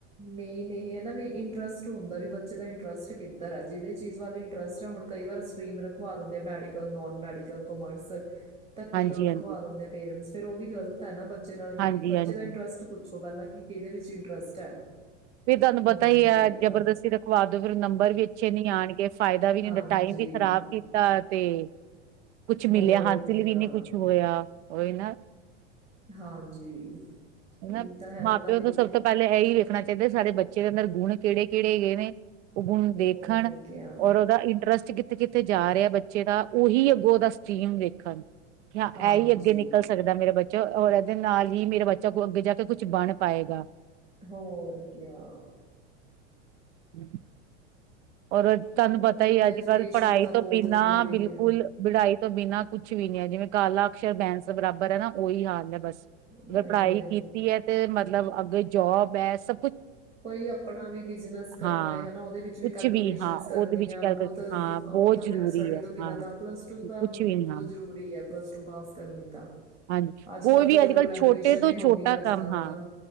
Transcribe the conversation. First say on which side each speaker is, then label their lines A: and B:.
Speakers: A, on the right (about 15°); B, on the right (about 75°).
A: ਮੇਨ ਇਹ ਹੈ ਨਾ ਵੀ ਇੰਟਰਸਟ ਹੁੰਦਾ ਵੀ ਬੱਚੇ ਦਾ ਇੰਟਰਸਟ ਕਿੱਧਰ ਹੈ ਜਿਹੜੀ ਚੀਜ਼ ਵੱਲ ਇੰਟਰਸਟ ਆ ਹੁਣ ਕਈ ਵਾਰ ਸਟੀ੍ਮ ਰਖਵਾ ਦਿੰਦੇ ਆ ਮੈਡੀਕਲ ਨੋਨ ਮੈਡੀਕਲ ਕਾਮਰਸ ਧੱਕੇ
B: ਹਾਂਜੀ-ਹਾਂਜੀ,
A: ਨਾਲ ਦਿਖਵਾ ਦਿੰਦੇ ਆ ਪੇਰੈਂਟਸ ਫਿਰ ਉਹ ਵੀ ਗਲਤ ਤਾਂ ਨਾ ਬ ਬੱਚੇ ਨਾਲ ਕਿ
B: ਹਾਂਜੀ-ਹਾਂਜੀ
A: ਬੱਚੇ ਦਾ ਇੰਟਰਸਟ ਪੁੱਛੋ ਪਹਿਲਾ ਨਾ ਕਿ ਕਿਹਦੇ ਵਿੱਚ ਇੰਟਰਸਟ ਹੈ
B: ਵੀ ਤੁਹਾਨੂੰ ਪਤਾ
A: ਹੋਰ
B: ਹੀ ਹੈ
A: ਕਿਆ
B: ਜਬਰਦਸਤੀ ਰਖਵਾ ਫਿਰ ਨੰਬਰ ਵੀ ਅੱਛੇ ਨੀ ਆਉਣਗੇ ਫਾਇਦੇ ਵੀ ਨਹੀਂ‌
A: ਹਾਂਜੀ
B: ਟਾਈਮ ਵੀ ਖ਼ਰਾਬ ਕੀਤਾ ਤੇ ਕੁਛ ਮਿਲਿਆ
A: ਹੋਰ
B: ਹਾਸਿਲ
A: ਕਿਆ
B: ਵੀ ਨਹੀਂ ਕੁਛ ਹੋਇਆ। ਓਈ ਨਾ।
A: ਹਾਂਜੀ।
B: ਹਨਾ
A: ਇਹ ਤਾਂ ਹੈ
B: ਮਾਂ
A: ਨਾ
B: ਪਿਓ
A: ਵੀ
B: ਤਾਂ ਸਭ ਤੋਂ ਪਹਿਲੇ ਹੈ ਹੀ ਵੇ। ਹੋਣਾ ਚਾਹੀਦਾ ਸਾਡੇ ਬੱਚੇ ਦੇ ਅੰਦਰ ਗੁਣ ਕਿਹੜੇ ਕਿਹੜੇ ਹੈਗੇ ਨੇ? ਔ ਗੁਣ ਦੇਖਣ
A: ਹੋਰ ਕਿਆ
B: ਔਰ ਉਹਦਾ ਇੰਟਰਸਟ ਕਿੱਥੇ ਕਿੱਥੇ ਜਾ ਰਿਹਾ ਬੱਚੇ ਦਾ ਉਹੀ ਅੱਗੋਂ ਉਹਦਾ ਸਟੀਮ ਵੇਖਣ। ਹਾਂ
A: ਹਾਂਜੀ
B: ਇਹ ਹੀ ਅੱਗੇ ਨਿਕਲ ਸਕਦਾ ਐ ਮੇਰਾ ਬੱਚ ਚਲੋ ਹੋਰ ਇਹਦੇ ਨਾਲ ਹੀ ਮੇਰੇ ਬੱਚ-ਕਹਿ ਲੋ- ਜਦੋਂ ਅੱਗੇ ਜਾ ਕੇ ਕੁੱਛ ਬਣ ਪਾਏਗਾ।
A: ਹੋਰ ਕਿਆ।
B: ਹਮ। ਔਰ ਤੁਹਾਨੂੰ ਪਤਾ
A: ਇਹ
B: ਹੀ
A: ਵੀ
B: ਅੱਜ
A: ਐਜੂਕੇਸ਼ਨ
B: ਕੱਲ ਪੜ੍ਹਾਈ
A: ਤਾਂ ਬਹੁਤ
B: ਤੋਂ ਬਿਨਾਂ
A: ਜ਼ਰੂਰੀ
B: ਬਿਲਕੁਲ
A: ਹੈ
B: ਬੜਾਈ ਤੋਂ ਬਿਨਾਂ ਕੁੱਛ ਵੀ ਨੀ ਹੈ ਜਿਵੇਂ ਕਾਲਾ ਅਕਸ਼ਰ ਬੈਂਸ ਬਰਾਬਰ ਹੈ ਨਾ ਉਹੀ ਹਾਲ ਹੈ ਬਸ।
A: ਨਹੀਂ
B: ਜੇ ਪੜ੍ਹਾਈ
A: ਹੈ
B: ਕੀਤੀ ਹੈ ਤੇ ਮ ਮਤਲਬ ਅੱਗੇ ਜੋਬ ਹੈ ਸ
A: ਕੋਈ ਅਪਣਾ ਵੀ ਬਿਜਨਸ ਕਰਨਾ
B: ਹਾਂ
A: ਹੈ ਹਨਾ ਉਹਦੇ ਵਿੱਚ
B: ਕੁਛ
A: ਕੇਲਕੂਲੇਸ਼ਨਸ
B: ਵੀ ਹਾਂ
A: ਕਰਨੀ
B: ਉਹਦੇ ਵਿੱਚ
A: ਆ
B: ਕੈਲਕੂਲੇਸ਼ਨ
A: ਬਹੁਤ
B: ਹਾਂ ਬਹੁਤ
A: ਉਹ ਤਾਂ
B: ਜ਼ਰੂਰੀ
A: ਫਿਰ ਸਟੱਡੀ
B: ਹੈ
A: ਤੋਂ ਬਿਨਾਂ
B: ਹਾਂ
A: ਤਾਂ ਪਲੱਸ ਟੂ ਤਾਂ
B: ਕੁਛ
A: ਬਹੁਤ
B: ਵੀ ਨੀ ਹਾਂ
A: ਜਰੂਰੀ ਹੈ ਪਲੱਸ ਟੂ ਪਾਸ ਕਰਨੀ ਤਾਂ।
B: ਹਾਂਜੀ
A: ਅੱਜ
B: ਕੋਈ
A: ਕਲ
B: ਵੀ
A: ਤਾਂ ਚਲੋ
B: ਕੱਲ੍ਹ
A: ਗ੍ਰੈਜੂਏਸ਼ਨ
B: ਛੋਟੇ ਤੋਂ
A: ਈ
B: ਛੋਟਾ
A: ਹੋ ਗਈ ਅੱਜ
B: ਕੰਮ
A: ਕਲ
B: ਹਾਂ
A: ਤਾਂ।